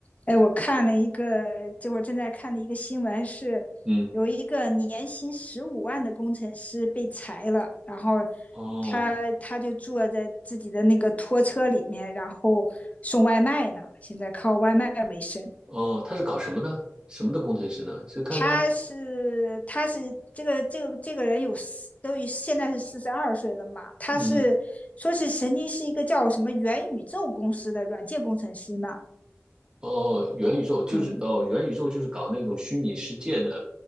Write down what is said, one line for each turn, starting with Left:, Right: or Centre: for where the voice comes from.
Left: 哎，我看了一个，这会儿正在看的一个新闻是，
Right: 嗯，
Left: 有一个年薪十五万的工程师被裁了，然后
Right: 哦
Left: 他他就坐在自己的那个拖车里面，然后送外卖呢，现在靠外卖为生。
Right: 哦，他是搞什么的？什么的工程师呢？是看他，
Left: 他是他是这个这个这个人有四都已现在是四十二岁了嘛，他是说是曾经是一个叫什么元宇宙公司的软件工程师呢，
Right: 嗯，哦，元宇宙就是哦，
Left: 嗯，
Right: 元宇宙就是搞那种虚拟世界的，